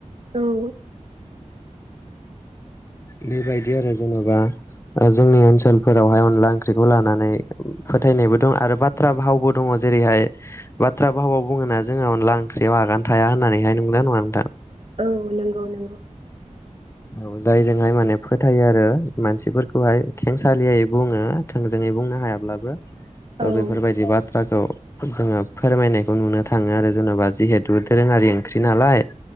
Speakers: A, on the right; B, on the left.
A: औ
B: बेबायदि आरो जेनबा ओ जोंनि ओनसोलफोरावहाय अनला ओंख्रिखौ लानानै फोथायनायबो दं आरो बाथ्रा भावबो दङ जेरैहाय बाथ्रा भहाबाव बुङोना जोंहा अनला ओंख्रियाव आगान थाया होननानैहाय नोंगौ ना नङा नोंथां?
A: औ नंगौ नंगौ।
B: औ जो जायजोंहाय माने फोथायो आरो मानसिफोरखौहाय खेंसालियै बुङो थोंजोङै बुंनो हायाब्लाबो ओ
A: औ
B: बेफोरबादि बाथ्रखौ जोङो फोरमायनायखौ नुनो थाङो आरो जेनबा जिहेथु दोरोङारि ओंख्रि नालाय